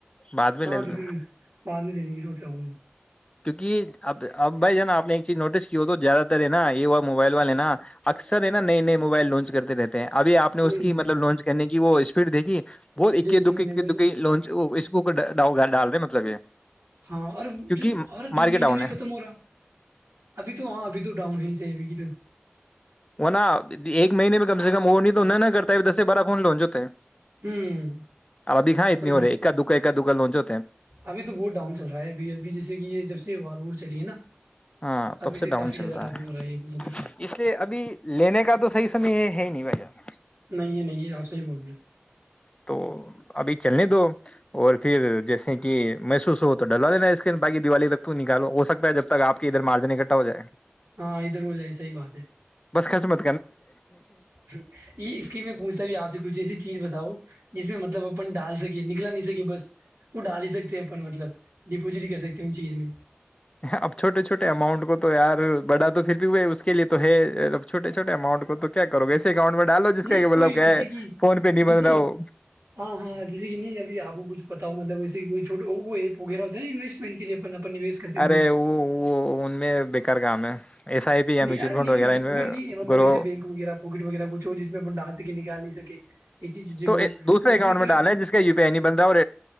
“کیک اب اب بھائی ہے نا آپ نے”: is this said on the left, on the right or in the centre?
Left